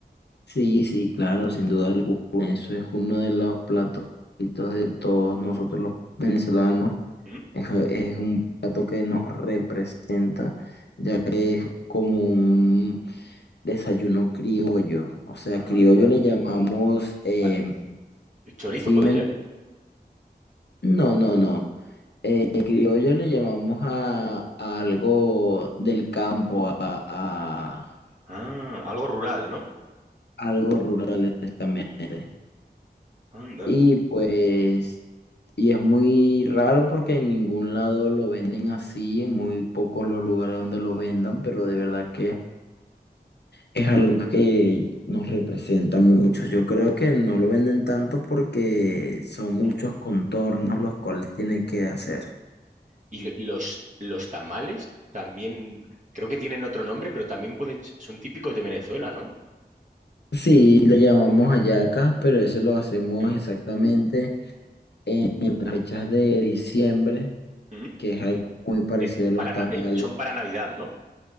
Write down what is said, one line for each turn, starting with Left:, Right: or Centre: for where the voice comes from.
Left: sí, sí, claro, sin duda alguna. Eso es uno de los platos favoritos de todos nosotros los venezolanos.
Right: ¿Mm?
Left: Es, es un plato que nos representa, ya que como un Desayuno criollo. O sea,
Right: Anda.
Left: criollo le llamamos. Eh,
Right: Ah, ¿Chorizo
Left: sí,
Right: puede
Left: men-
Right: ser?
Left: no, no, no. Eh, criollo le llamamos a, a algo del campo, a, a
Right: Ah, algo rural, ¿no?
Left: algo rural exactamente.
Right: Anda.
Left: Y pues. Y es muy raro porque en ningún lado lo venden así, en muy pocos los lugares donde lo vendan, pero de verdad que Es algo que nos representa mucho. Yo creo que no lo venden tanto porque son muchos
Right: ¿Mm?
Left: contornos los cuales tienen que hacer.
Right: Y lo- los, los tamales también, creo que tienen otro nombre, pero también pueden, son típicos de Venezuela, ¿no?
Left: Sí, le llamamos hallacas, pero eso lo hacemos
Right: Em,
Left: exactamente en las fechas de diciembre,
Right: ¿Mm?
Left: que es algo muy parecido
Right: Es
Left: a los
Right: para,
Left: tamales.
Right: na- es- son para Navidad, ¿no?